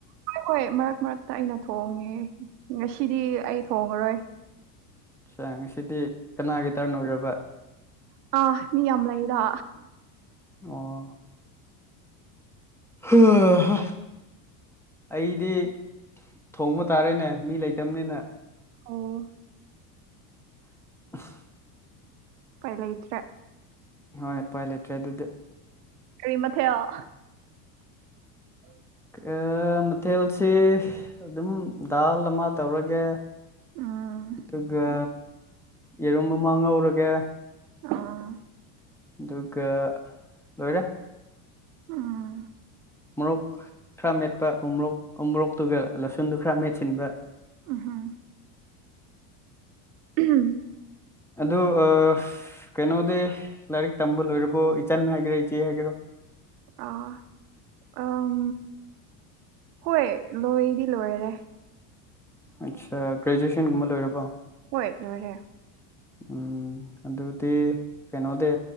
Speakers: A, on the right; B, in the centre.
A: ꯍꯣꯏ ꯍꯣꯏ ꯃꯔꯛ ꯃꯔꯛꯇ ꯑꯩꯅ ꯊꯣꯡꯉꯦ ꯉꯁꯤꯗꯤ ꯑꯩ ꯊꯣꯉꯔꯣꯏ
B: ꯑꯆꯥ ꯉꯁꯤꯗꯤ ꯀꯅꯥꯒꯤ ꯇꯔꯟ ꯑꯣꯏꯔꯕ
A: ꯑ ꯃꯤ ꯌꯥꯝ ꯂꯩꯗ
B: ꯑꯣ ꯍꯥ ꯍꯥ ꯑꯩꯗꯤ ꯊꯣꯡꯕ ꯇꯥꯔꯦꯅꯦ ꯃꯤ ꯂꯩꯇꯕꯅꯤꯅ
A: ꯑꯣ
B: <inaudible>
A: ꯄꯥꯏ ꯂꯩꯇ꯭ꯔꯦ
B: ꯍꯣꯏ ꯄꯥꯏ ꯂꯩꯇ꯭ꯔꯦ ꯑꯗꯨꯗꯤ
A: ꯀꯔꯤ ꯃꯊꯦꯜ <inaudible>
B: ꯑ ꯃꯊꯦꯜꯁꯤ ꯑꯗꯨꯝ ꯗꯥꯜ ꯑꯃ ꯇꯧꯔꯒꯦ
A: ꯎꯝ
B: ꯗꯨꯒ ꯌꯦꯔꯨꯝ ꯑꯃꯥ ꯉꯧꯔꯒꯦ
A: ꯑꯥ
B: ꯗꯨꯒ ꯂꯣꯏꯔꯦ
A: ꯎꯝ
B: ꯃꯣꯔꯣꯛ ꯈꯔ ꯃꯦꯠꯄ ꯎꯣꯃꯣꯔꯣꯛ ꯎꯣꯃꯣꯔꯣꯛꯇꯨꯒ ꯂꯁꯟꯗꯨ ꯈꯔ ꯃꯦꯠꯁꯤꯟꯕ
A: ꯎꯝꯍꯨꯝ ꯎꯝ
B: ꯑꯗꯨ ꯑ ꯀꯩꯅꯣꯗꯤ ꯂꯥꯏꯔꯤꯛ ꯇꯝꯕ ꯂꯣꯏꯔꯕꯣ ꯏꯆꯟ ꯍꯥꯏꯒꯦꯔꯥ ꯏꯆꯦ ꯍꯥꯏꯒꯦꯔꯣ
A: ꯑꯥ ꯑꯝ ꯍꯣꯏ ꯂꯣꯏꯗꯤ ꯂꯣꯏꯔꯦ
B: ꯑꯠꯁꯥ ꯒ꯭ꯔꯦꯖꯨꯑꯦꯁꯟꯒꯨꯝꯕ ꯂꯣꯏꯔꯕꯣ
A: ꯍꯣꯏ ꯂꯣꯏꯔꯦ
B: ꯎꯝ ꯑꯗꯨꯗꯤ ꯀꯩꯅꯣꯗꯤ